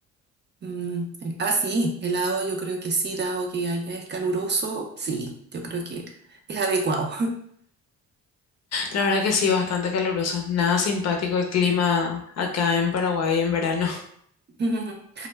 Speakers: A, on the right; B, on the left.
A: Mm, el- ah, sí, helado yo creo que sí, dado que allá es caluroso, sí, yo creo que es adecuado.
B: La verdad que sí, bastante caluroso. Nada simpático el clima acá en Paraguay en verano.
A: <laughs>